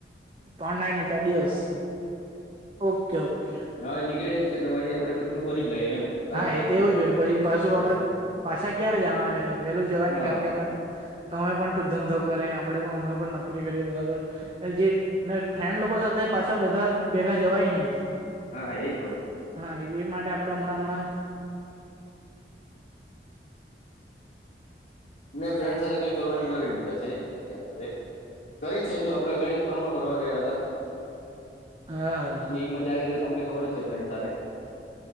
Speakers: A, on the right (about 30°); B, on the left (about 70°).
A: ત્રણ નાઈટ ને ચાર દિવસ ઓકે ઓકે.
B: હા, નીકળે જ છે તો પછી આપડે બધું ફરી જ લઈએ એમ રાજ-
A: હા, એ
B: આખું
A: તો એવું જો હોય છે પછી પાછું
B: રાજસ્થાન
A: આપડે પાછા ક્યારે જવાના છે વેલું જવાય
B: હા
A: ન કારણ કે આપડે તો અમે પણ ધંધો કરે આપણે પણ અમે પણ નકરી કરીએ બરાબર. જે ફ્રેન્ડ લોકો સાથે પાછળ બધા ભેગા જવાય નહી.
B: હા એતો.
A: હા એ માટે આપડ હમણાં હમણાં
B: નને ફ્રેન્ડ સાથે કઈ ફરવાની અલગ જ મજા છે, આપડે કરી છે એમ તો આપડે અગાડી ફરમાં ફરવા ગયા હતા.
A: હા.
B: એ મજા આવી ગ તો તમને ખબર જ છે ફ્રેન્ડ સાથે.